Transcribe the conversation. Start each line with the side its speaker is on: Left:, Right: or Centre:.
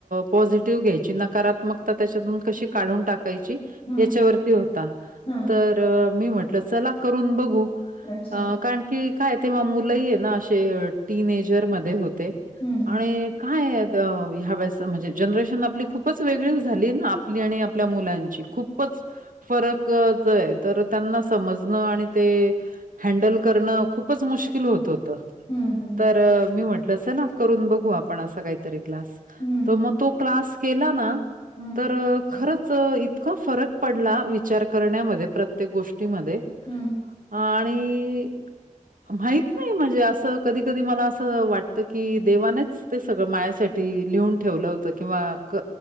Right: पॉझिटिव्ह घ्यायची नकारात्मक ता त्याच्यातून कशी काढून टाकायची
Left: हम्म
Right: याच्यावरती होता.
Left: हम्म.
Right: तर मी म्हटलं चला करून बघू
Left: अच्छा
Right: कारण की काय आहे ना तेव्हा मुलंही आहे ना असे टीन एजर मध्ये होते
Left: हम्म
Right: आणि काय ह्या वेळेस म्हणजे जनरेशन आपली खूपच वेगळी झाली आहे ना आपली आणि आपल्या मुलांची? खूपच फरक येतोय तर त्यांना समजणं आणि ते हँडल करणं खूपच मुश्किल होत हो त
Left: हम्म हम्म
Right: तर मी म्हटलं चला करून बघू आपण अस काहीतरी क्लास.
Left: हम्म
Right: तर
Left: हम्म
Right: मग तो क्लास केला ना
Left: हम्म
Right: तर खरंच इतका फरक पडला विचार करण्यामध्ये प्रत्येक गोष्टीमध्ये
Left: हम्म
Right: आणि माहित नाही म्हणजे असं कधी कधी मला असं वाटतं की देवानेच ते सगळं माझ्यासाठी लिहून ठेवलं होतं किंवा क